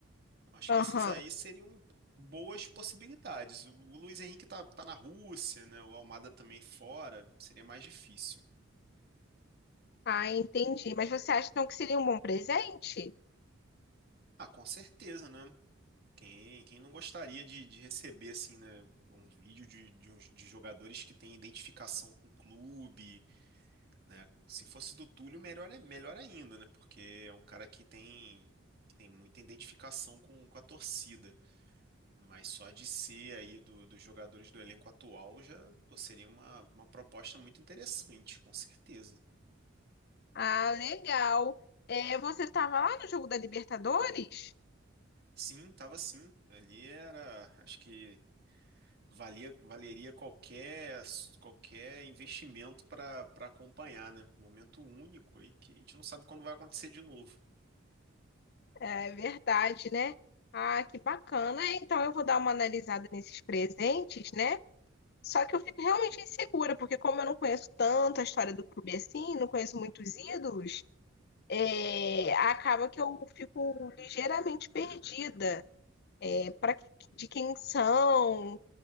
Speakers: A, on the right; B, on the left.
A: Acho
B: aham.
A: que esses aí seriam boas possibilidades. O o Luiz Henrique tá, tá na Rússia, né? O Almada também fora. Seria mais difícil.
B: Ah, entendi. Mas você acha então que seria um bom presente?
A: Ah, com certeza, né? Quem, quem não gostaria de, de receber, assim, né? Um vídeo de, de, uns- de jogadores que têm identificação com o clube, né? Se fosse do Túlio, melhor, é- melhor ainda, né? Porque é um cara que tem, que tem muita identificação com, com a torcida. Mas só de ser aí do- dos jogadores do elenco atual já pô, seria uma, uma proposta muito interessante, com certeza.
B: Ah, legal. É, você estava lá no jogo da Libertadores?
A: Sim, tava sim. Ali era, acho que valia, valeria qualquer qualquer investimento para para acompanhar, né? Momento único aí que a gente não sabe quando vai acontecer de novo.
B: É verdade, né? Ah, que bacana. É, Então eu vou dar uma analisada nesses presentes, né? Só que eu fico realmente insegura, porque como eu não conheço tanto a história do clube assim, não conheço muitos ídolos, é, acaba que eu fico ligeiramente perdida. Para de quem são?